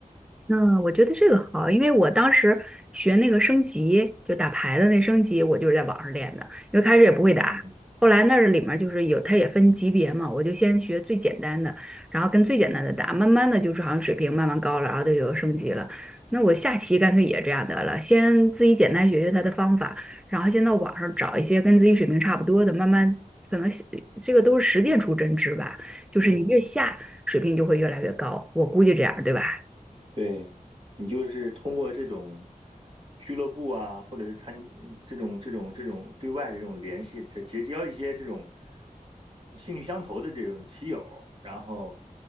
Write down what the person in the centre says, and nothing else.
嗯，我觉得这个好，因为我当时学那个升级，就打牌的那升级，我就是在网上练的，因为开始也不会打，
后来那儿里面儿就是有，它也分级别嘛，我就先学最简单的，然后跟最简单的打，慢慢的就是好像水平慢慢高了，然后就有升级了。那我下棋干脆也这样得了，先自己简单学学它的方法，然后先到网上找一些跟自己水平差不多的，慢慢可能这个都是实践出真知吧，就是你越下水平就会越来越高，
我估计这样，对吧？